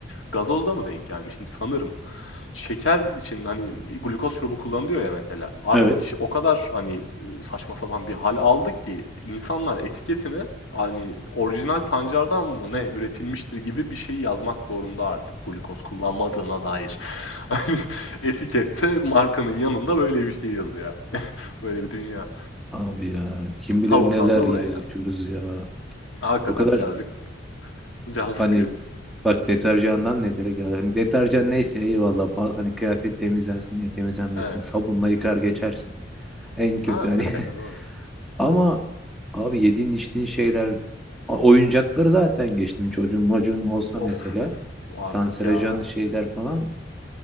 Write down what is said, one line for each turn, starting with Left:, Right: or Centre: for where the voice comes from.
Left: Gazozda mı denk gelmiştim sanırım. Şeker için, hani, bir glukoz şurubu kullanılıyor ya mesela, artık
Centre: Evet.
Left: işi o kadar, hani, ııı, saçma sapan bir hal aldı ki insanlar etiketine, hani, orijinal pancardan mı ne üretilmiştir gibi bir şey yazmak zorunda artık glukoz kullanmadığına dair. <laughs> Hani, etikette markanın yanında böyle bir şey yazıyor yani. <laughs> Böyle bir dünya.
Centre: Abi ya kim bilir
Left: Tavuktan
Centre: neler
Left: da
Centre: yiyoruz
Left: buraya geldik.
Centre: içiyoruz ya.
Left: Hakikaten
Centre: O kadar
Left: birazcık can sıkıyor.
Centre: hani
Left: <laughs>
Centre: bak deterjandan nelere geldi. Hani deterjan neyse eyvallah. Ba- Hani kıyafet temizlensin diye temizlenmesin.
Left: Evet.
Centre: Sabunla yıkar geçersin. En kötü
Left: Ha, mesela
Centre: hani. <laughs>
Left: doğru.
Centre: Ama abi yediğin içtiğin şeyler o- oyuncakları zaten geçtim çocuğun çocuğun olsa
Left: Of,
Centre: mesela.
Left: of artık
Centre: kanserojen
Left: ya.
Centre: şeyler falan.